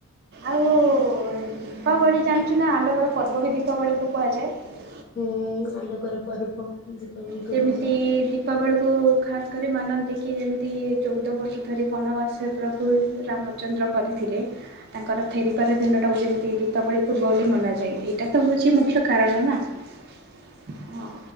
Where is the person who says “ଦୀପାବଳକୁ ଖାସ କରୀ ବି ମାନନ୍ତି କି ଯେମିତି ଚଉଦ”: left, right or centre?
Right